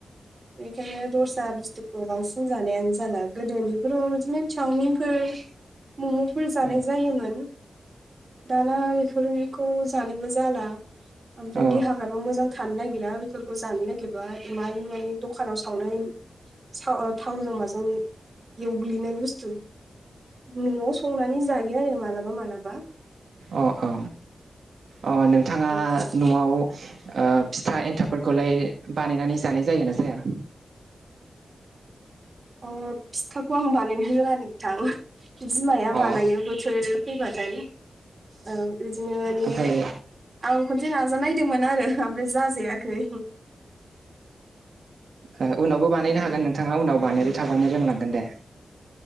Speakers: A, on the right; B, on the right.
A: बेखायनो दस्रा बुस्थुखौ बांसिन जानायानो जाला गोदो उन्दनिफोराव बिदिनो चावमिनफोर
B: <inaudible>
A: मम'फोर जानाय
B: औ
A: जायोमोन दाना बेफोरखौ जानोबो जाला। ओमफ्राय
B: औ अ
A: देहाफ्राबो मोजां थानो नागिरा बेफोरखौ जानो नागिरबा इमान माने दखानाव सावनाय साव थावजों माजों एवग्लिनाय बुस्थु न'आव संनानै जायो आरो मालाबा मालाबा।
B: अ औ अ नोंथाङा
A: अ
B: न'आव ओ फिथा एन्थाबफोरखौलाय बानायनानै जानाय जायोना जाया?
A: अ फिथाखौ आं बानायनो रोङा नोंथां बिमाया बानायो।
B: अ
A: बोसोर फैबाथाय औ बिदिनो माने
B: ओमफ्राय
A: आं खनसे नाजानायनायदोंमोन आरो ओमफ्राय जाजायाखै।
B: ओ उनावबो बानायनो हागोन नोंथाङा उनाव बानायबाय थाबानो रोंलांगोन दे।